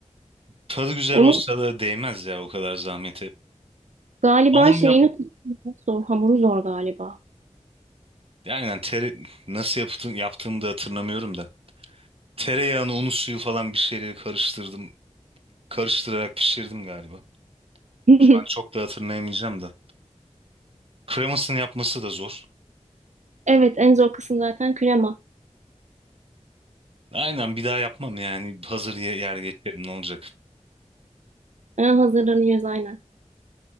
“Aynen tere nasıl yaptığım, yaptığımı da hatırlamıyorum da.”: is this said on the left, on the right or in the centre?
Right